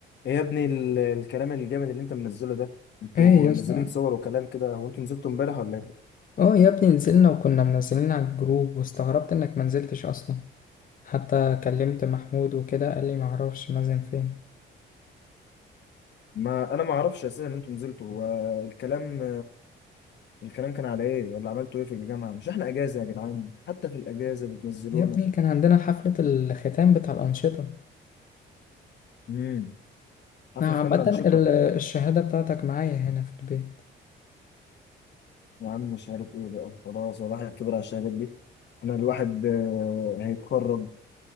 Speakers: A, on the left; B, on the left.
A: ايه يا ابني ال- الكلام الجامد اللي انت منزله ده انتوا
B: ايه يا
A: منزلين
B: اسطى
A: صور وكلام كده هو انتوا نزلتوا امبارح ولا ايه
B: اه يا ابني نزلنا وكنا منزلين على الجروب واستغربت انك منزلتش اصلا حتى كلمت محمود وكده قال لي معرفش مازن فين
A: ما انا ما اعرفش اساسا ان انتوا نزلتوا هو الكلام الكلام كان على ايه ولا عملتوا ايه في الجامعه مش احنا اجازه يا جدعان حتى في الاجازه بتنزلونا
B: يا ابني كان عندنا حفلة الختام بتاع الأنشطة
A: امم حفله
B: أنا
A: ختام
B: عامة
A: الانشطه
B: ال- الشهادة بتاعتك معايا هنا في البيت
A: يا عم مش عارف ايه بقى خلاص الواحد كبر على الشهادات دي انا الواحد آه، هيتخرج